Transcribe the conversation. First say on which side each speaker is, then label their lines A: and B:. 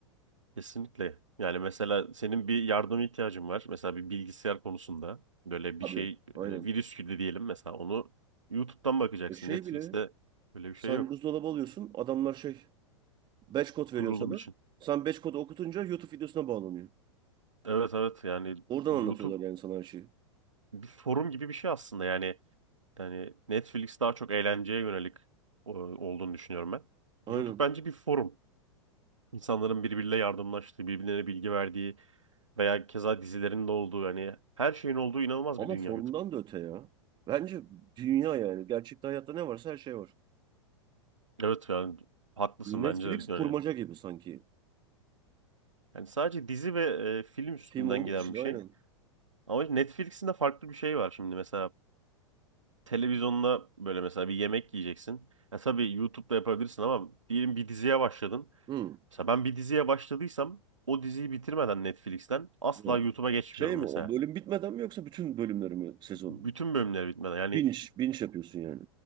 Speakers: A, on the right; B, on the right.
A: Kesinlikle. Yani mesela senin bir yardıma ihtiyacın var. Mesela bir bilgisayar konusunda böyle
B: Tabii,
A: bir şey
B: aynen.
A: e, virüs gibi diyelim mesela onu YouTube'dan bakacaksın.
B: E şey
A: Netflix'te
B: bile,
A: böyle bir
B: sen
A: şey yok
B: buzdolabı alıyorsun, adamlar şey, batch kod
A: kurulum
B: veriyor sana.
A: için.
B: Sen batch kodu okutunca YouTube videosuna bağlanıyor.
A: Evet evet yani
B: Oradan
A: YouTube
B: anlatıyorlar yani sana her şeyi.
A: bir forum gibi bir şey aslında. Yani yani Netflix daha çok eğlenceye yönelik e, olduğunu düşünüyorum ben.
B: Aynen.
A: YouTube bence bir forum. İnsanların birbiriyle yardımlaştığı, birbirlerine bilgi verdiği veya keza dizilerin de olduğu yani her şeyin olduğu inanılmaz
B: Ama
A: bir dünya
B: formdan
A: YouTube.
B: da öte ya. Bence dünya yani. Gerçekte hayatta ne varsa her şey var.
A: Evet yani haklısın
B: Netflix
A: bence de
B: kurmaca
A: yani.
B: gibi sanki.
A: Yani sadece dizi ve e, film üstünden
B: Film olduğu
A: giden
B: için
A: bir
B: aynen.
A: şey. Ama Netflix'in de farklı bir şey var şimdi mesela televizyonda böyle mesela bir yemek yiyeceksin. Ya tabii YouTube'da yapabilirsin ama diyelim bir diziye başladın.
B: Hı.
A: Mesela ben bir diziye başladıysam o diziyi bitirmeden Netflix'ten asla
B: Hı.
A: YouTube'a geçmiyorum
B: Şey mi
A: mesela.
B: o bölüm bitmeden mi yoksa bütün bölümleri mi sezon?
A: Bütün bölümleri bitmeden yani
B: Binge, binge yapıyorsun yani.